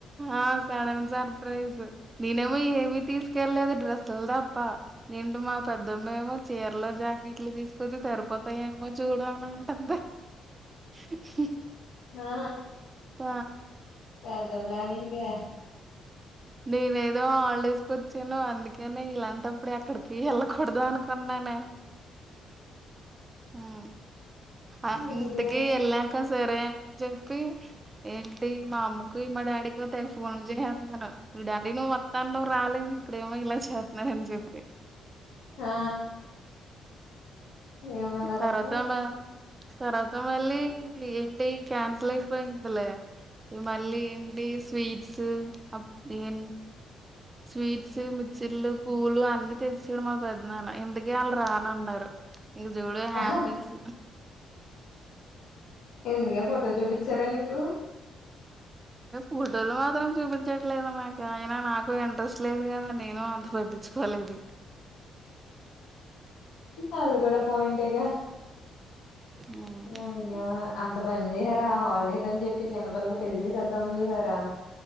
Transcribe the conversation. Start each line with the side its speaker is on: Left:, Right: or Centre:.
Right: ఆ సడన్ సర్ప్రైజ్ నేనేమో ఏమి తీసుకెళ్లేదు డ్రెస్సుల <unintelligible> మా పెద్దమ్మ ఏమో చీర్ లో జాకెట్లు తీసుకొచ్చి తరిపో <unintelligible> చూడు అని <unintelligible>
Left: ఆ
Right: త
Left: పెద్ద ప్లానింగే
Right: నేను ఏదో హాలిడేస్ కు వచ్చాను అందుకనే ఇలాంటప్పుడు ఎక్కడికి వెళ్ళకూడదు అనుకున్నానే ఉమ్,
Left: అయ్యో
Right: ఆ ఇంటికి వెళ్ళాక సరే అని చెప్పి ఏంటి మా <unintelligible> మా డాడీకి తెగ ఫోన్ <unintelligible> ఈ డాడీ నువ్వు మత్తాంటం రాలేదు ఇక్కడేమో ఇలా చేస్తున్నారని చెప్పి
Left: ఆ ఏమన్నారు
Right: తర్వాత
Left: అప్పుడు
Right: మ తర్వాత మళ్ళీ ఏంటి క్యానాసిల్ అయిపోయిందిలే ఈ మళ్ళీ ఏంటి స్వీ <unintelligible> స్వీట్స్ మిచ్చర్లు పూలు అన్ని తెచ్చఆడు <unintelligible> మా పెద్దన్న ఇందుకే వాళ్ళు రానన్నారు ఇంక చూడు హ్యాపీస్
Left: అహ ఎందుకే ఫోటో చూపించారే నీకు
Right: ఫోటోలు మాత్రం <unintelligible> చ్చట్లేదు నాకు అయినా నాకు ఇంట్రెస్ట్ లేదు కదా నేను అంత పట్టించుకోలేదు
Left: అది కూడ <unintelligible>
Right: హ్మ్.
Left: అయ్యో అంత పని చేసార హాలిడేస్ అని చెప్పి చిన్నపల్లకి పెళ్లి చేద్దామని చూసారా